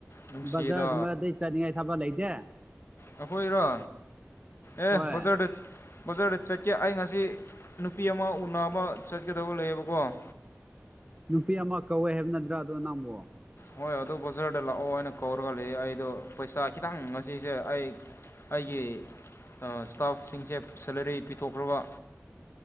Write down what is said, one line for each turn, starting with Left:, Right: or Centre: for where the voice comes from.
Left: ꯅꯨꯡꯁꯤꯗ
Right: ꯕꯖꯥꯔꯒꯨꯝꯕꯗꯩ ꯆꯥꯅꯤꯡꯉꯥꯏ ꯊꯕ ꯂꯩꯇꯦ
Left: ꯑꯩꯈꯣꯏꯔꯣ ꯑꯦ
Right: ꯍꯣꯏ
Left: ꯕꯖꯔ ꯗꯠ ꯕꯖꯥꯔꯗ ꯆꯠꯀꯦ ꯑꯩ ꯉꯁꯤ ꯅꯨꯄꯤ ꯑꯃ ꯎꯅꯕ ꯆꯠꯀꯗꯕ ꯂꯩꯌꯦꯕꯀꯣ <unintelligible>
Right: ꯅꯨꯄꯤ ꯑꯃ ꯀꯧꯋꯦ ꯍꯥꯏꯕꯅꯗ꯭ꯔꯥ ꯑꯗꯣ ꯅꯪꯕꯣ
Left: ꯍꯣꯏ ꯑꯗꯨ ꯕꯖꯥꯔꯗ ꯂꯥꯛꯑꯣ ꯍꯥꯏꯅ ꯀꯧꯔꯒ ꯂꯩ ꯑꯩꯗꯣ ꯄꯩꯁꯥ ꯈꯤꯇꯪ ꯉꯁꯤꯁꯦ ꯑꯩ ꯑꯩꯒꯤ ꯏꯁꯇꯥꯐꯁꯤꯡꯁꯦ ꯁꯦꯂꯔꯤ ꯄꯤꯊꯣꯛꯈ꯭ꯔꯕ